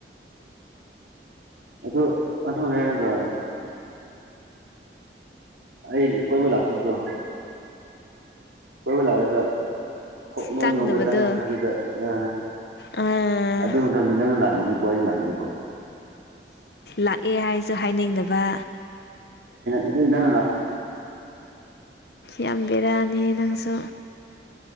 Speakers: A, on the right; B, on the left.
A: ꯑꯗꯨ ꯑꯗꯨ ꯍꯒ ꯑꯩ ꯀꯣꯏꯕꯨ ꯂꯀꯗ ꯀꯣꯏꯕꯨ ꯂ ꯆ ꯅꯣꯏ
B: ꯆꯪꯗꯕꯗꯣ
A: ꯃꯣꯟꯗ ꯇꯪꯅ ꯇꯝꯗ ꯑ
B: ꯑꯥ
A: ꯑꯗꯨ ꯃꯇꯝꯗꯤ ꯅꯪ ꯂꯥꯟꯅꯤꯡ ꯀꯣ ꯂꯥꯟꯅꯤꯦꯀꯣ
B: ꯂꯥꯛꯑꯦ ꯍꯥꯏꯁꯨ ꯍꯥꯏꯅꯤꯡꯗꯕ
A: ꯑꯗꯨ ꯅ
B: ꯌꯥꯝ ꯕꯤꯔꯥꯅꯤꯍꯦ ꯅꯪꯁꯨ